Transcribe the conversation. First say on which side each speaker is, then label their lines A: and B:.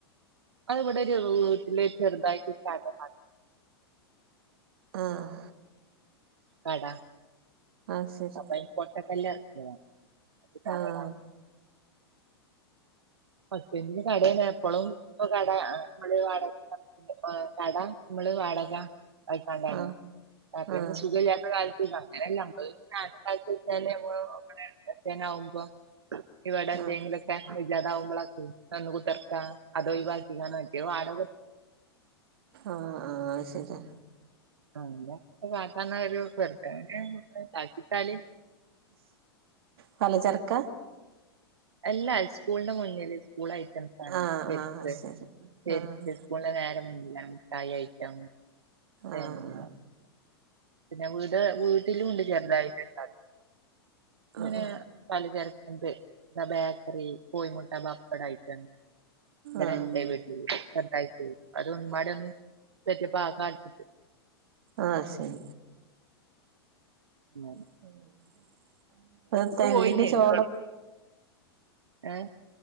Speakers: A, on the right (about 85°); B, on the right (about 65°).
A: അത് ഇവിടെ ഒരു വീട്ടില ചെറുതായിട്ട് ഒരു കട <unintelligible>
B: ആഹ്
A: കട
B: ആഹ് ശരി
A: അപ്പ ഈ പൊട്ടക്കല്ല് ഇറക്ക തറടാൻ
B: ആഹ്
A: പത്തന് കടന്ന എപ്പോഴും ഇപ്പൊ കട <unintelligible> കട നമ്മള് വാടക വക്കാണ്ടാണ്
B: ആഹ്
A: പിന്നെ
B: ആഹ്
A: സുഖല്ല്യത്ത കാലത്ത് അങ്ങനെല്ല നമ്മ ഞാന എന്താച്ചാല് നമ്മ എത്തേന ആകുമ്പോ ഇവടെ എന്തെങ്കിലുക്കെ
B: ആഹ്
A: <unintelligible> നന്ന് കുത്തിർക്കാ അതോ ഒയിവാക്കി <unintelligible> <unintelligible>
B: ആഹ് ആഹ് ശരി
A: ആല്ല കാട്ടന്ന ഒരു പെറുട്ടങ്ങന <unintelligible>
B: പലചരക്ക
A: അല്ലാ സ്കൂളിന്റെ മുന്നിൽ സ്കൂൾ ഐറ്റംസ്ണ്
B: ആഹ്
A: ചെപ്പ്
B: ആഹ് ശരി
A: ചെരിപ്പ്
B: ആഹ്
A: സ്കൂൾൻ്റെ <unintelligible> എല്ല മിഠായി ഐറ്റം പിന്നെ
B: ആഹ്
A: പിന്നെ വീട് വീട്ടിലുണ്ട് ചെറുതായിട്ട അങ്ങനെ
B: ആഹ്
A: പലചരക്കുണ്ട് ബേക്കറി കോയിമുട്ട പപ്പട ഐറ്റം ഇവടെണ്ട്
B: ആഹ്
A: വീട്ടില് ചേർതായിട്ട് അതൊന്നുംപാടെ ഒന്ന് സെറ്റ് അപ് ആകാണ്ട്
B: ആഹ് ശരി
A: ആഹ്
B: <unintelligible> തെങ്ങിന്റെ
A: പോയിനേനു
B: ചോട
A: ഗൾ ഏഹ്